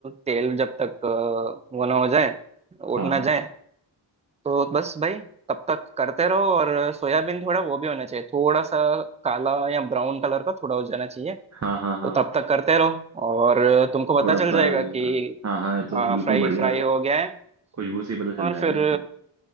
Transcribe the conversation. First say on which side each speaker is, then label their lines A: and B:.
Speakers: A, on the right; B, on the right.
A: तेल जब तक अ, वो ना हो जाए उड़
B: हाँ
A: ना
B: हाँ
A: जाए तो बस भाई तब तक करते रहो और सोयाबीन थोड़ा वो भी होना चाहिए थोड़ा सा काला या ब्राउन कलर का थोड़ा हो जाना चाहिए
B: हाँ हाँ हाँ
A: तो तब तक करते रहो और तुमको
B: थोड़ा
A: पता चल
B: फ्राई
A: जाएगा
B: हो जाएगा
A: कि
B: हाँ हाँ ये तो
A: हाँ
B: बिल्कुल
A: फ्राई
B: बढ़िया
A: फ्राई हो गया है
B: खुशबू से ही पता
A: और
B: चल जाएगा
A: फिर
B: ये तो